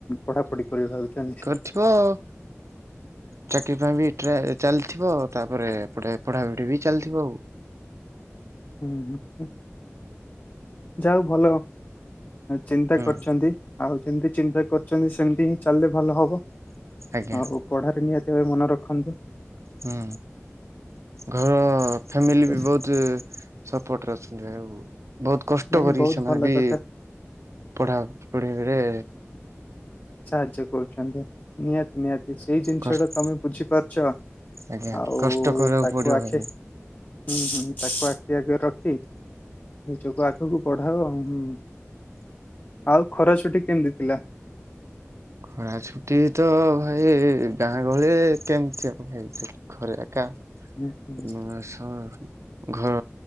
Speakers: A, on the left (about 40°); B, on the right (about 70°).
A: ପଢାପଢି କରିବେ ଭାବିଛନ୍ତି।
B: ହଁ। ଚାକିରୀ ପାଇଁ ବି ଟ୍ରାଏ ଚାଲିଥିବ ତାପରେ ପଢାପଢି ବି ଚାଲିଥିବ ଆଉ। <inaudible>
A: ହୁଁ ହୁଁ ଯାହା ହୋଉ ଭଲ ଚିନ୍ତା
B: ହୁଁ
A: କରିଛନ୍ତି। ଆଉ ଯେମିତି ଚିନ୍ତା କରିଛନ୍ତି ସେମିତି ହିଁ ଚାଲିଲେ ଭଲ ହବ
B: ଆଜ୍ଞା
A: ଆଉ। ପଢ଼ାରେ ନିହାତି ଭାବେ ମନ ରଖନ୍ତୁ।
B: ହୁଁ ଘର ଫ୍ୟାମିଲି
A: ଠିକ
B: ବି
A: ଅଛି
B: ବହୁତୁ ସପୋଟରେ ଅଛନ୍ତି ଆଉ ବହୁତ କଷ୍ଟ
A: ନାଇଁ
B: କରି
A: ବହୁତ
B: ସେମାନେ
A: ଭଲ
B: ବି
A: କଥା।
B: ପଢ଼ା ପଢ଼ିରେ
A: ସାହାଯ୍ୟ କରୁଛନ୍ତି ନିହାତି ନିହାତି ସେଇ ଜିନିଷଟା
B: କଷ୍ଟ
A: ତମେ ବୁଝିପାରୁଚ।
B: ଆଜ୍ଞା
A: ଆଉ
B: କଷ୍ଟ କରିବାକୁ
A: ତାକୁ
B: ପଡିବ
A: ଆଖେ
B: ଭାଇ
A: ହୁଁ ହୁଁ ତାକୁ ଆଖି ଆଗରେ ରଖି ନିଜକୁ ଆ ତକୁ ପଢାଅ ହୁଁ ଆଉ ଖରାଛୁଟି କେମିତି ଥିଲା?
B: ଖରା ଛୁଟି ତ ଭାଇ ଗାଁ ଗହଳି କେମିତି ଆଉ ଭାଇ ଥି ଘରେ ଆକା
A: ହୁଁ ହୁଁ
B: ନୁ ଆସ ଘର